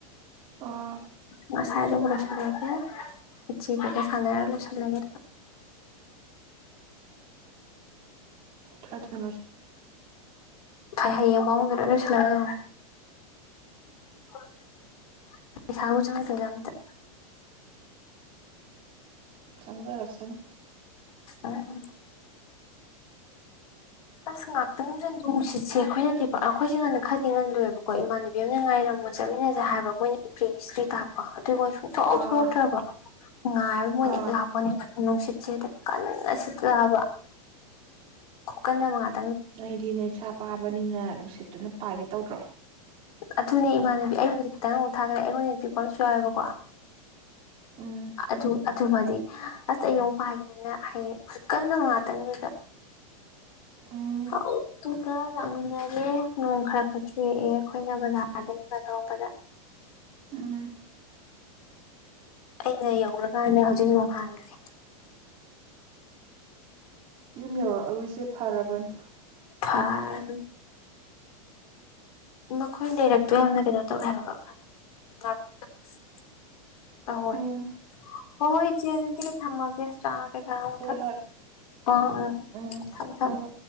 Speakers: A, on the right; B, on the left.
A: ꯑ
B: ꯃꯁꯥꯏꯗꯕꯨꯁ ꯂꯦ ꯏꯆ ꯁꯥꯟꯗꯁ ꯂꯦ
A: ꯊꯠꯁ
B: ꯍꯥꯏꯥꯏ ꯍ ꯌꯦꯡꯕ ꯑꯃꯗꯅ ꯁꯂꯦ ꯑ <unintelligible> ꯆꯠꯂꯨꯁꯦ ꯑꯝꯇ
A: ꯆꯪꯖꯔꯛꯁꯅꯤ
B: ꯎꯝ ꯑꯁ ꯉꯥꯛꯇꯪꯗ ꯅꯨꯡꯁꯤꯠꯁꯦ ꯑꯩꯈꯣꯏꯅꯗꯤ ꯑꯩꯈꯣꯏꯁꯦ ꯉꯟꯅ ꯈꯔꯗꯤ ꯉꯟꯅ ꯂꯦꯕꯀꯣ ꯏꯃꯥꯟꯅꯕꯤ ꯑꯃꯅ ꯉꯥꯏꯔꯝꯃꯣ ꯆꯠꯃꯤꯟꯅꯁꯦ ꯍꯥꯏꯕ ꯃꯣꯏꯅ ꯄ꯭ꯔꯤ ꯍꯤꯁꯇ꯭ꯔꯤ ꯇꯥꯛꯄ꯫ ꯑꯗꯨ ꯃꯣꯏ ꯁꯨꯡꯊꯣꯛ ꯊꯣꯛꯂꯇ꯭ꯔꯕ
A: ꯑꯥ
B: ꯉꯥꯏꯕ ꯃꯣꯏꯅ
A: ꯑꯥ
B: ꯍꯦꯛ ꯂꯥꯛꯄꯒ ꯅꯨꯡꯁꯤꯠ ꯆꯦꯗꯥ ꯀꯟꯅ ꯁꯤꯠꯇꯔ ꯍꯥꯕ ꯈꯨꯀꯟ ꯑꯃ ꯉꯥ
A: ꯅꯣꯏꯗꯤ ꯅꯁꯥ ꯄꯥꯕꯅꯤꯅ ꯅꯨꯡꯁꯤꯠ ꯑꯗꯨꯅ ꯄꯥꯏꯒꯦ ꯇꯧꯗ꯭ꯔꯣ꯫
B: ꯑꯗꯨꯅꯦ ꯏꯃꯥꯟꯅꯕꯤ ꯑꯩꯕꯨꯗꯤ ꯈꯤꯇꯪ ꯑꯃꯨꯛ ꯊꯥꯒꯠꯂꯦ ꯑꯩꯉꯣꯟꯗꯒꯤ ꯍꯦꯟꯅꯄꯤꯛꯄ ꯑꯃꯁꯨ ꯌꯥꯎꯌꯦꯕꯀꯣ
A: ꯎꯝ
B: ꯑꯗꯨ ꯑꯗꯨꯃꯗꯤ ꯑꯁ ꯑꯩꯑꯃꯨꯛ ꯄꯥꯏꯈꯤꯗꯅ ꯍꯌꯦ ꯀꯟꯕ ꯉꯥꯛꯇꯥꯅꯦꯕ
A: ꯎꯝ
B: ꯑꯗꯨꯒ ꯂꯥꯛꯃꯤꯟꯅꯔꯦ ꯅꯣꯡ ꯈꯔ ꯈꯔ ꯆꯨꯔꯛꯑꯦ ꯑꯩꯈꯣꯏꯅ ꯕꯖꯥꯔꯗꯒꯤ ꯈꯔ ꯊꯧꯔꯛꯄꯗ
A: ꯎꯝ
B: ꯑꯩꯅ ꯌꯧꯔꯀꯥꯟꯗ ꯍꯧꯖꯤꯛ ꯅꯣꯡꯍꯥꯡꯈ꯭ꯔꯦ꯫
A: ꯌꯨꯝ ꯌꯎꯔꯛ ꯑꯝꯃꯤꯁꯦ ꯐꯔꯕꯅꯤ꯫
B: ꯑꯥ ꯃꯈꯣꯏ ꯂꯩꯔꯛꯇꯣ ꯌꯥꯝꯅ ꯀꯩꯅꯣ ꯇꯧꯌꯦ ꯍꯥꯏꯕ <unintelligible> ꯑꯍꯣꯏ
A: ꯎꯝ
B: ꯍꯣꯏ ꯍꯣꯏ ꯏꯆꯦ ꯑꯗꯨꯗꯤ ꯊꯝꯃꯒꯦ꯫ <unintelligible> ꯊꯛ
A: ꯍꯣꯏ ꯍꯣꯏ
B: ꯎꯝ ꯎꯝ
A: ꯎꯝ
B: ꯊꯝꯃꯣ ꯊꯝꯃꯣ꯫
A: ꯍꯣꯏ ꯍꯣꯏ